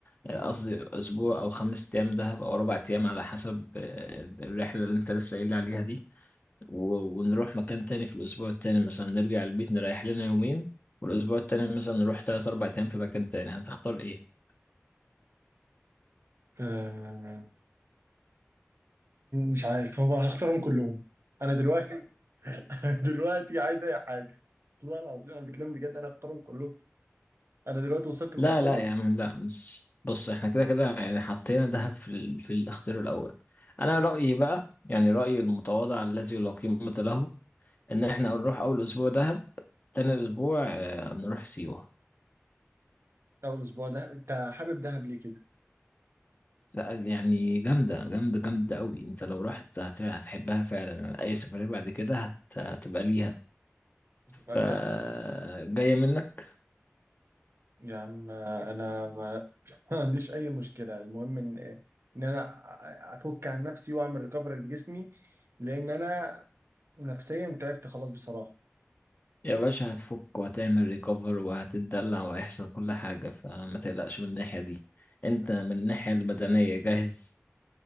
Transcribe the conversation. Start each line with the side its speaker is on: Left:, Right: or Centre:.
Left: آه، قصدي اسبوع او خمس ايام دهب او اربع ايام على حسب آه، الرحله اللي انت لسه قايل لي عليها دي و- ونروح مكان تاني في الاسبوع التاني مثلا نرجع البيت نريح لنا يومين والاسبوع التاني مثلا نروح تلات اربع ايام في مكان تاني هتختار ايه؟
Right: آه مش عارف هو هختارهم كلهم انا دلوقتي <laughs> دلوقتي عايز اي حاجه والله العظيم انا بتكلم بجد انا اختارهم كلهم انا دلوقتي وصلت
Left: لا
Right: لمرحله
Left: لا يا عم لا بص بص احنا كده كده يعني حطينا دهب في ال... في الاختيار الاول انا رايي بقى يعني رايي المتواضع الذي لا قيمه له ان احنا نروح اول اسبوع دهب تاني اسبوع آه، نروح سيوه
Right: او الاسبوع ده انت حابب دهب ليه كده
Left: لا يعني جامده جامده جامده قوي انت لو رحت هت- هتحبها فعلا اي سفريه بعد كده هت... هتبقى ليها
Right: قال
Left: ف
Right: ده
Left: جايه منك
Right: يا عم انا ما <laughs> ما عنديش اي مشكله المهم ان ان انا افك عن نفسي واعمل ريكفري لجسمي لان انا نفسيا تعبت خلاص بصراحه
Left: يا باشا هتفك وهتعمل ريكفر وهتتدلع وهيحصل كل حاجة فما تقلقش من الناحية دي انت من الناحية البدنية جاهز